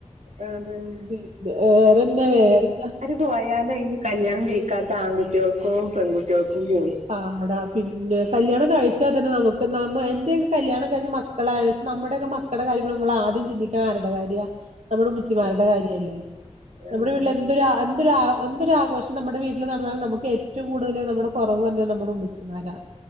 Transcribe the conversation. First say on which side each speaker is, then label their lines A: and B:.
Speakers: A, on the right (about 85°); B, on the right (about 70°).
A: അതന്നെ
B: പിന്നെ വേറെന്താ വേറെന്താ
A: പോയാലയ്ന് കല്യാണം കയ്ക്കാത്ത ആൺകുട്ടികൾക്കും പെൺകുട്ടികൾക്കും പോയി
B: പാടാ പിന്നെ കല്യാണം കഴിച്ചാ തന്നെ നമുക്ക് നമ്മ എന്റക്കെ കല്യാണം കഴിഞ്ഞ മക്കളായ നമ്മുടെക്കെ മക്കടെ കാര്യം <unintelligible> നമ്മളാദ്യം ചിന്തിക്കണ ആരടെ കാര്യ നമ്മുടെ മുച്ചിമാരുടെ
A: ആഹ്
B: കാര്യല്ലേ നമ്മുടെ
A: ആഹ്
B: വീട്ടില് എന്തൊര എന്തൊരാ എന്തൊരാഘോഷം നമ്മുടെ വീട്ടില് നടന്നാലും നമുക്ക് ഏറ്റവും കൂടുതൽ നമ്മുടെ <unintelligible> നമ്മുടെ ഉമ്മച്ചിമാരാ